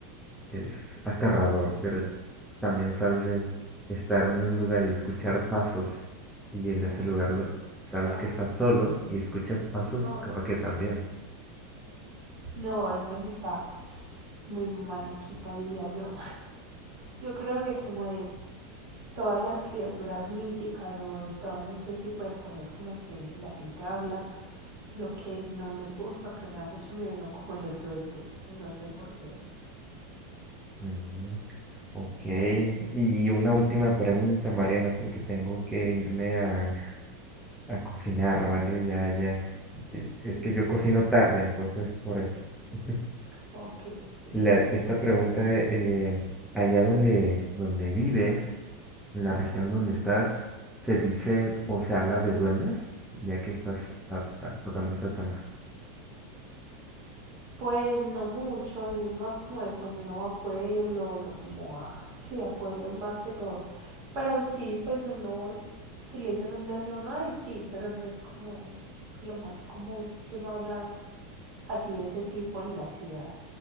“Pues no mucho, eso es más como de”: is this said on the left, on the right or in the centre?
Right